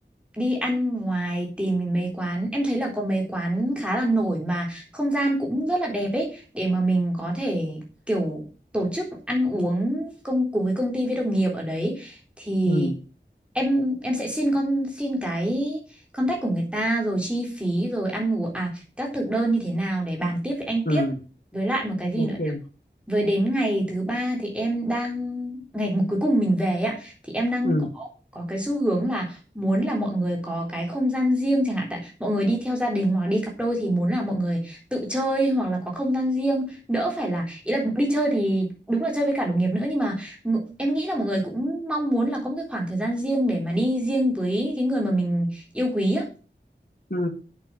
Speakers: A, in the centre; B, on the left.
A: đi ăn ngoài tìm mấy quán. Em thấy là có mấy quán khá là nổi mà không gian cũng rất là đẹp ấy để mà mình có thể kiểu tổ chức ăn uống công cùng với công ty với đồng nghiệp ở đấy thì
B: Ừ,
A: em em sẽ xin con xin cái contact của người ta rồi chi phí rồi ăn uống à các thực đơn như thế nào để bàn tiếp với anh tiếp.
B: ừ,
A: Với lại một cái gì
B: ok.
A: nữa Với đến ngày thứ ba thì em đang ngày cuối cùng mình về ấy ạ thì em đang
B: Ừ,
A: có có cái xu hướng là muốn là mọi người có cái không gian riêng chẳng hạn tại mọi người đi theo gia đình hoặc đi cặp đôi thì muốn là mọi người tự chơi hoặc là có không gian riêng đỡ phải là ý là đi chơi thì đúng là chơi với cả đồng nghiệp nữa nhưng mà ng- em nghĩ là mọi người cũng mong muốn là có một cái khoảng thời gian riêng để mà đi riêng với cái người mà mình yêu quý á.
B: ừ.